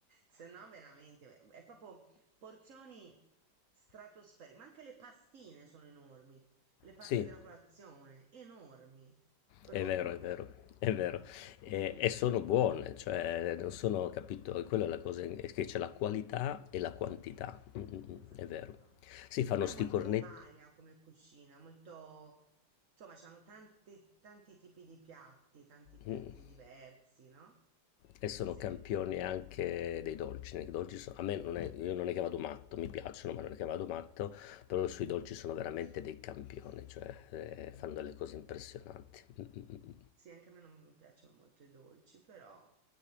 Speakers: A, on the right (about 45°); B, on the left (about 75°).
A: se no veramente, eh, è proprio porzioni stratosferiche, ma anche le pastine sono enormi, le paste
B: Sì,
A: della colazione, enormi, proprio.
B: è vero, è vero,
A: <laughs>
B: è vero. E
A: Sì.
B: e sono buone, cioè non sono capito, e quella è la cosa, è che c'è la qualità e la quantità. Mh, mh, mh,
A: Esatto.
B: è vero. Sì,
A: E
B: fanno
A: poi
B: 'sti
A: è molto
B: cornet
A: varia come cucina, molto, insomma, c'hanno tanti, tanti tipi di piatti, tanti piatti
B: mh.
A: diversi, no?
B: E sono
A: Sì.
B: campione anche dei dolci. Nei dolci so- a me non è, io non è che vado matto, mi piacciono, ma non è che vado matto, però sui dolci sono veramente dei campioni, cioè eh,
A: Mm.
B: fanno delle cose impressionanti. Mm, mm, mm. mm.
A: Sì, anche a me non piacciono molto i dolci, però